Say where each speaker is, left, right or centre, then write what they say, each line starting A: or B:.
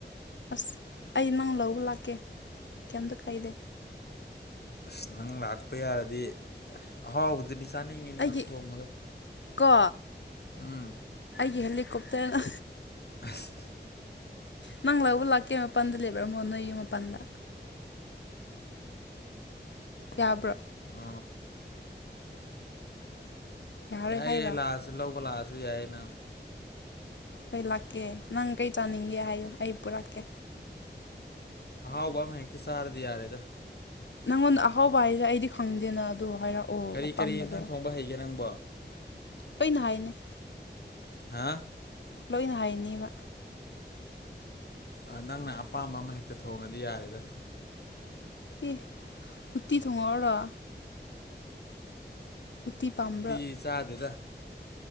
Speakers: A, on the left; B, on the left.
A: ꯑꯁ ꯑꯩ ꯅꯪ ꯂꯧꯕ ꯂꯥꯛꯀꯦ ꯀꯩꯝꯗ ꯀꯥꯏꯗꯦ
B: ꯑꯁ ꯅꯪ ꯂꯥꯛꯄ ꯌꯥꯔꯗꯤ ꯑꯍꯥꯎꯕꯗꯨꯗꯤ ꯆꯥꯅꯤꯡꯉꯤꯅꯦ
A: ꯑꯩꯒꯤ
B: ꯅꯪ ꯊꯣꯡꯕꯗꯣ
A: ꯀꯣ
B: ꯎꯝ
A: ꯍꯦꯂꯤꯀꯣꯞꯇꯔꯅ
B: ꯑꯁ
A: ꯅꯪ ꯂꯧꯕ ꯂꯥꯛꯀꯦ ꯃꯄꯥꯟꯗ ꯂꯩꯕ꯭ꯤꯔꯝꯃꯣ ꯅꯣꯏ ꯌꯨꯝ ꯃꯄꯥꯟꯗ ꯌꯥꯕ꯭ꯔꯣ
B: ꯑ
A: ꯌꯥꯔꯣꯏ
B: ꯌꯥꯏꯌꯦ
A: ꯍꯥꯏꯔꯣ
B: ꯂꯥꯛꯑꯁꯨ ꯂꯧꯕ ꯂꯥꯛꯑꯁꯨ ꯌꯥꯏꯌꯦ ꯅꯪ
A: ꯍꯣꯏ ꯂꯥꯛꯀꯦ ꯅꯪ ꯀꯩ ꯆꯥꯅꯤꯡꯒꯦ ꯍꯥꯏꯌꯨ ꯑꯩ ꯄꯨꯔꯛꯀꯦ
B: ꯑꯍꯥꯎꯕ ꯑꯃ ꯍꯦꯛꯇ ꯆꯥꯔꯗꯤ ꯌꯥꯔꯦꯗ
A: ꯅꯪꯉꯣꯟꯗ ꯑꯍꯥꯎꯕ ꯍꯥꯏꯁꯦ ꯑꯩꯗꯤ ꯈꯪꯗꯦꯅ ꯑꯗꯨ ꯍꯥꯏꯔꯛꯑꯣ
B: ꯀꯔꯤ
A: ꯑꯄꯥꯝꯕꯗꯣ
B: ꯀꯔꯤ ꯏꯟꯁꯥꯡ ꯊꯣꯡꯕ ꯍꯩꯒꯦ ꯅꯪꯕꯣ
A: ꯑꯩꯅ ꯍꯥꯏꯅꯤ
B: ꯍꯥꯥ
A: ꯂꯣꯏꯅ ꯍꯩꯅꯤꯕ
B: ꯑ ꯅꯪꯅ ꯑꯄꯥꯝꯕ ꯑꯃ ꯍꯦꯛꯇ ꯊꯣꯡꯉꯗꯤ ꯌꯥꯔꯦꯗ
A: ꯑꯦ ꯎꯇꯤ ꯊꯣꯡꯉꯛꯑꯣꯔꯣ ꯎꯠꯇꯤ ꯄꯥꯝꯕ꯭ꯔꯥ
B: ꯎꯇꯤ ꯆꯥꯗꯦꯗ